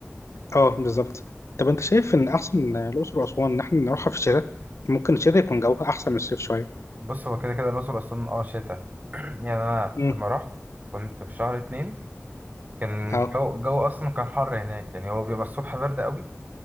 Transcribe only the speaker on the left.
اه بالظبط طب انت شايف ان احسن الاقصر واسوان ان احنا نروحها في الشتاء ممكن الشتاء يكون جوها احسن من الصيف شوية
امم
اه